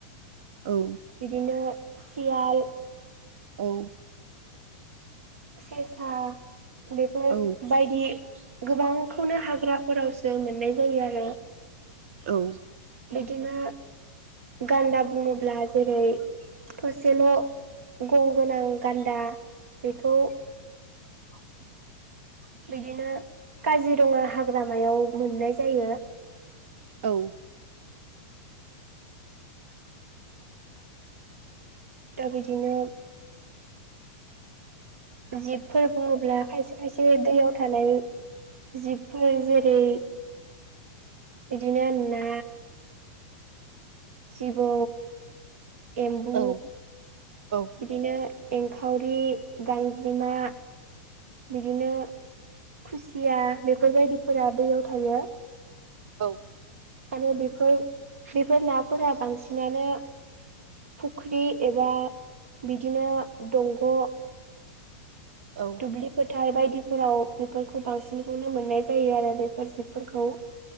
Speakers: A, on the right; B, on the right.
A: औ
B: बिदिनो सियाल
A: औ
B: सेसा बेफोरबायायदि
A: औ
B: गोबांखौनो हाग्राफोराव जों मोननाय जायो आरो।
A: औ
B: बिदिनो गान्दा बुंङोब्ला जेरै फसेल' गं गोनां गान्दा बेखौ
A: <inaudible>
B: बिदिनो काजिरंङा हाग्रामायाव मोननाय जायो।
A: औ
B: दा बिदिनो जिबफोर बुंङोब्ला खायसे खायसे दैयाव थानाय जिबफोर जेरै बिदिनो ना जिबौ एम्बु
A: औ औ
B: बिदिनो एंखावरि गांजेमा बिदिनो खुसिया बेफोरबायदिफोरा दैयाव थायो।
A: औ
B: आरो बेफोर बेफोर नाफोरा बांसिनानो फुख्रि एबा बिदिनो दंग'
A: औ
B: दुब्लि फोथार बायदिफोराव बेफोरखौ बांसिनखौनो मोननाय जायो आरो बेफोर सिबफोरखौ <inaudible>